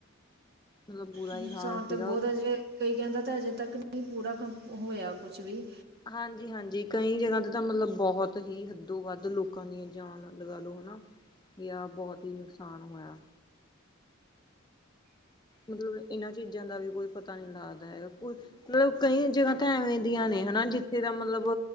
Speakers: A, on the left; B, on the right.
A: ਮਤਲਬ ਬੁਰਾ
B: ਨੁਕਸਾਨ
A: ਹੀ ਹਾਲ ਸੀਗਾ।
B: ਤਾਂ ਬਹੁਤ ਅਜੇ ਕਈਆਂ ਦਾ ਤਾਂ ਅਜੇ ਤੱਕ ਨਹੀਂ ਪੂਰਾ ਕੰਮ ਹੋਇਆ ਕੁਛ ਵੀ
A: ਹਾਂਜੀ ਹਾਂਜੀ ਕਈ ਜਗ੍ਹਾ ਤੇ ਤਾਂ ਮਤਲਬ ਬਹੁਤ ਹੀ ਹੱਦੋ ਵੱਧ ਲੋਕਾਂ ਦੀ ਜਾਨ ਲਗਾ ਲੋ ਹਨਾ ਯਾ ਬਹੁਤ ਹੀ ਨੁਕਸਾਨ ਹੋਇਆ। ਮਤਲਬ ਇਹਨਾਂ ਚੀਜ਼ਾਂ ਦਾ ਵੀ ਕੋਈ ਪਤਾ ਨੀ ਲੱਗਦਾ ਹੈਗਾ ਮਤਲਬ ਕਈ ਜਗ੍ਹਾ ਤਾਂ ਐਵੇਂ ਦੀਆਂ ਨੇ ਹਨਾ ਜਿੱਥੇ ਦਾ ਮਤਲਬ